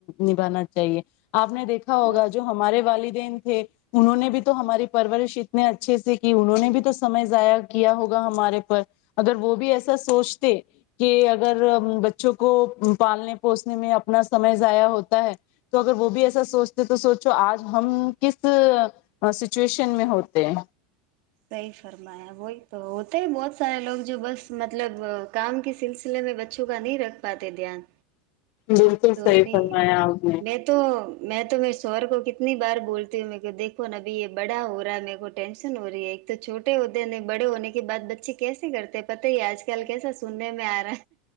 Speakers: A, on the left; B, on the right.
A: نبھانا چاہیے آپ نے دیکھا
B: تو
A: ہوگا جو ہمارے والدین تھے انہوں نے بھی تو ہماری پرورش اتنے اچھے سے کی انہوں نے بھی تو سمے ضائع کیا ہوگا ہمارے اگر وہ بھی ایسا سوچتے کہ اگر بچوں کو پالنے پوسنے میں اپنا سمے ضائع ہوتا ہے تو اگر وہ بھی ایسا سوچتے تو سوچو آج ہم کس سچویشن میں ہوتے ہیں
B: صحی فرمایا وہی تو ہوتا ہی بہت بہت سارے لوگ جو بس مطلب کام کے سلسلے میں بچوں کا نہیں رکھ پاتے دھیان
A: بالکل
B: تو
A: صحیح
B: نہیں
A: فرمایا آپ نے
B: میں تو میں تو میں سور کو کتنی بار بولتی ہوں کو دیکھو ن ابھی یہ بڑا ہو رہا ہے میرے کو ٹینشن ہو رہی ہے ایک تو چھوٹے ہوتے ن بڑے ہونے کے بعد بچے کیس کرتے پت ہی آج کل کیسا سننے میں آ رہ